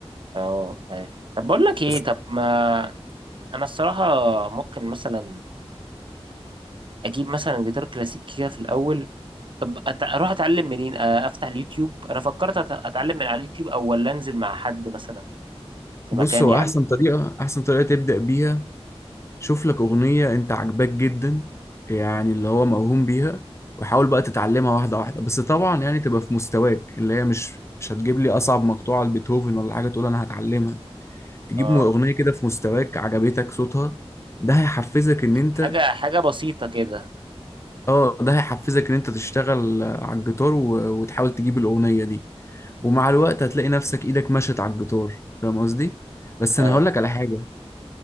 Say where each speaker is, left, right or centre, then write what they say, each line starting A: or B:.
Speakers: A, on the right; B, on the left.
A: أه فاهم طب بقول لك إيه
B: بس
A: طب ما أنا الصراحة ممكن مثلا أجيب مثلا جيتار كلاسيك كده في الأول طب أت- أروح أتعلم منين؟ آه، أفتح اليوتيوب أنا فكرت أت- أتعلم من على اليوتيوب أو ولا أنزل مع حد مثلا في
B: بص
A: مكان
B: هو
A: يعلم
B: احسن طريقة احسن طريقة تبدأ بيها شوف لك اغنية انت عاجباك جدا يعني اللي هو موهوم بيها وحاول بقى تتعلمها واحدة واحدة بس طبعا يعني تبقى في مستواك اللي هي مش مش هتجيب لي اصعب مقطوعة لبيتهوفن ولا حاجة تقول انا هتعلمها تجيب
A: أه
B: اغنية كده في مستواك عجبتك صوتها ده هيحفزك ان انت
A: حاجة حاجة بسيطة كده
B: اه ده هيحفزك ان انت تشتغل آه، على الجيتار و... وتحاول تجيب الاغنيه دي ومع الوقت هتلاقي نفسك ايدك مشت على الجيتار فاهم قصدي بس
A: فاهم
B: انا هقول لك على حاجه